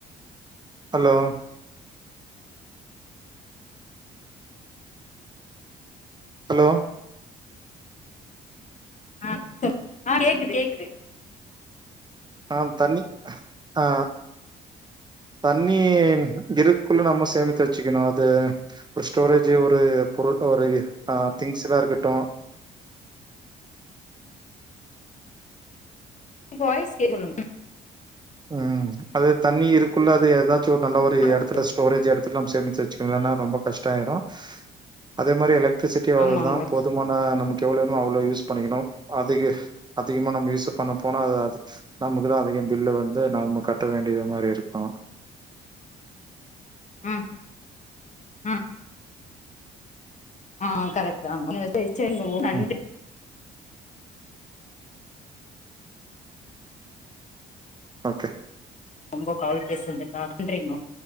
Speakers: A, on the right; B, on the left.
A: ஹலோ ஹலோ
B: ஆ சொல் <unintelligible> கேக்குது கேக்குது
A: ஆ தண்ணி ஆ தண்ணி இருக்குள்ள நம்ம சேமித்து வச்சிக்கணு அது ஒரு ஸ்டோரேஜ் ஒரு பொருள் ஒரு ஆ திங்ஸ்லா இருக்கட்டு
B: உங்க வாய்ஸ் கேக்கணு <unintelligible>
A: உம் அது தண்ணி இருக்குல <unintelligible> எதா ச்சு நல்ல ஒரு
B: ம்
A: எடத்துல ஸ்டோரேஜ் <unintelligible> எல்லாம் சேமிச்சு வச்சுக்கலன்னா ரொம்ப கஷ்டொ ஆயிடு அதே மாரி எலக்ட்ரிசிட்டி அவ்ளோ
B: ஆமாங்கோ
A: தா போதுமான நமக்கு எவ்ளோ வேணுமோ அவ்ளோ யூஸ் பண்ணிக்கணு அதிக அதிகமாக நம்ம யூசு பண்ண போனா அது அது நமக்கு தா அதிக பில்லு வந்து ந்து நாம கட்ட வேண்டியது மாரி இருக்கு
B: ம் ம் ஆ கரெக்ட் தாங்க <unintelligible> சேரிங்க <unintelligible> நன்றி
A: ம். ஓகே
B: ரொம்ப கால் பேசிருந் <unintelligible> நன்றிங்க